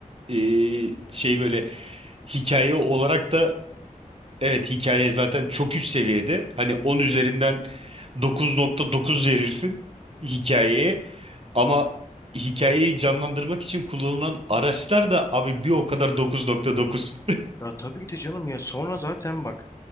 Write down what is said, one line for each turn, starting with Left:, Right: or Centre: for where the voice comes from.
Right: e, şey böyle hikaye olarak da evet hikaye zaten çok üst seviyede hani 10 üzerinden dokuz nokta dokuz verirsin hikayeye ama hikayeyi canlandırmak için kullanılan araçlar da abi bir o kadar dokuz nokta dokuz.
Left: Ya tabii ki de canım ya sonra zaten bak